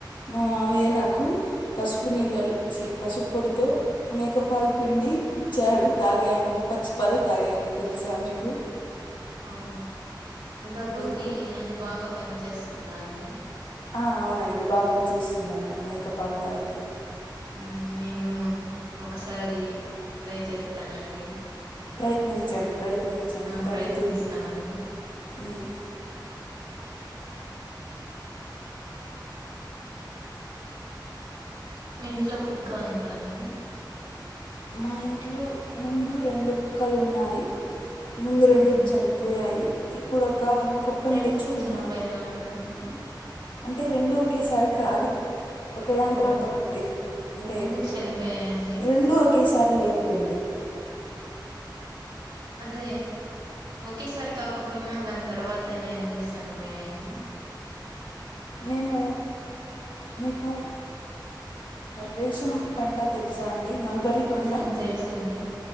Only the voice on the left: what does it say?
మా మావయ్య నాకు పసుపు నీళ్ళలో చి పసుపు పొడితో మేక పాలు పిండి ఇచ్చాడు తాగాను పచ్చి పాలే తాగాను తెలుసా మీకు
అది ఎప్పుడు
అవునండి బాగా పని చేస్తుందంట మేకపాలు తాగితే
ప్రయత్నించండి ప్రయత్నించండి
తగ్గుతుంది
ఉమ్.
మా ఇంట్లో ముందు రెండు కుక్కలు ఉన్నాయి ముందు రెండు
చనిపోయాయి ఇప్పుడు ఒక
కుక్కను
తెచ్చుకున్నాము
అంటే రెండు ఒకేసారి కాదు ఒకే దాని
తర్వాత ఒకటి అంటే
రెండు ఒకే సార్ లేవులేండి
మేము మీకు రేషం పంట తెలుసా అండి మల్బరీ పంట